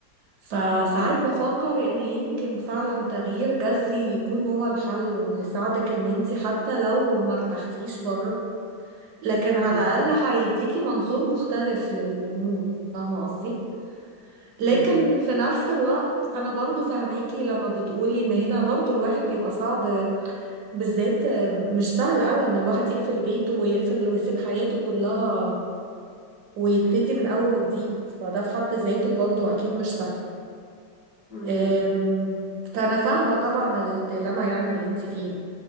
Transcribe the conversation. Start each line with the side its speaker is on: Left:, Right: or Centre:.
Right: فساعات
Left: مم.
Right: بفكر ان يمكن فعلا تغيير جذري يكون هو الحل وانه يساعدك ان انت حتى لو ما ارتحتيش بره لكن على
Left: مم.
Right: الاقل هيديكي منظور مختلف للامور فاهمه قصدي لكن
Left: مم.
Right: في نفس الوقت انا برضو فاهماكي لما بتقولي ان هنا برضو الواحد بيبقى صعب بالذات مش سهل قوي ان الواحد يقفل بيته ويقفل ويسيب حياته كلها ويبتدي من اول وجديد فده في حد ذاته برضو اكيد مش سهل
Left: مم.
Right: أم، فأنا فاهمة طبعا الديلما يعني اللي انت فيها